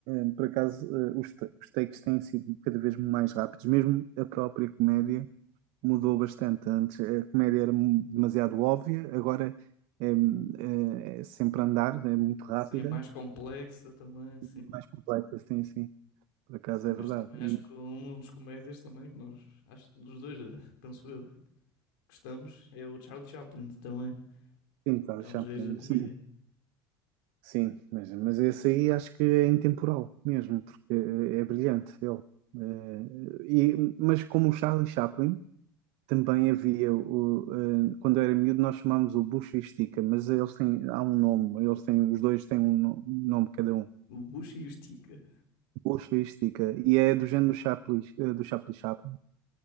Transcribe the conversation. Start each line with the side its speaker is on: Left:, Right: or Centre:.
Right: eh, por acaso, eh, os, ta- os takes têm sido cada vez mais rápidos, mesmo a própria comédia mudou bastante. Antes a comédia era mu- demasiado óbvia, agora é, é- é sempre a andar, é muito rápida
Left: Sim, é mais complexa também, sim.
Right: e mais complexa, sim, sim, por acaso
Left: Sim,
Right: é
Left: mas
Right: verdade.
Left: também acho
Right: E
Left: que um dos comédias também, que nós, acho que dos dois, eh, penso eu, gostamos, é o Charlie Chaplin também.
Right: sim, Charles
Left: É um
Right: Chaplin,
Left: dos reis da comédia.
Right: sim, sim, mas, mas esse aí acho que é intemporal mesmo, porque eh, é brilhante ele. Eh, e, mas como o Charlie Chaplin. Também havia o, eh, quando eu era miúdo nós chamámos o bucha e estica, mas eles têm, há um nome, eles têm, os dois têm um no- um nome cada um,
Left: O Bucha e o estica
Right: bucha e estica, e é do género do Chaplin, eh, do Chaplin Chaplin,